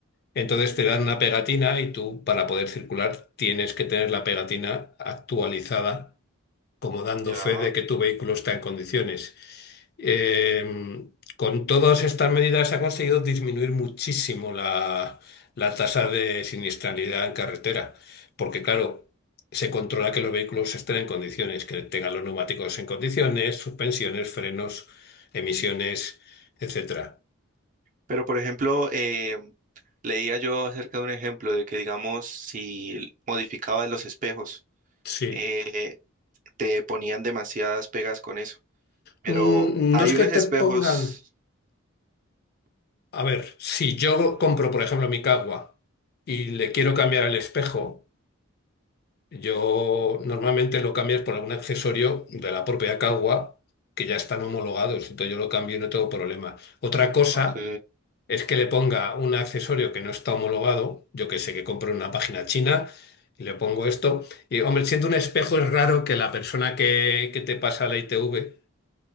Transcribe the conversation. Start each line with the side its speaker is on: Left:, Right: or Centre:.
Left: Entonces te dan una pegatina y tú, para poder circular, tienes que tener la pegatina actualizada como dando
Right: Ya.
Left: fe de que tu vehículo está en condiciones. Eh, con todas estas medidas se ha conseguido disminuir muchísimo la, la tasa de siniestralidad en carretera, porque claro, se controla que los vehículos estén en condiciones, que tengan los neumáticos en condiciones, suspensiones, frenos, emisiones, etcétera.
Right: Pero, por ejemplo, eh, leía yo acerca de un ejemplo de que, digamos, si modificabas los espejos,
Left: Sí.
Right: eh, te ponían demasiadas pegas con eso. Pero
Left: Mm,
Right: hay
Left: No es
Right: unos
Left: que te
Right: espejos.
Left: pongan... A ver, si yo compro, por ejemplo, mi Cagua y le quiero cambiar el espejo, Yo normalmente lo cambias por algún accesorio de la propia Cagua que ya están homologados, entonces yo lo cambio y no tengo problema. Otra cosa
Right: Ok.
Left: es que le ponga un accesorio que no está homologado, yo que sé, que compro en una página china y le pongo esto. Y hombre, siendo un espejo es raro que la persona que, que te pasa la ITV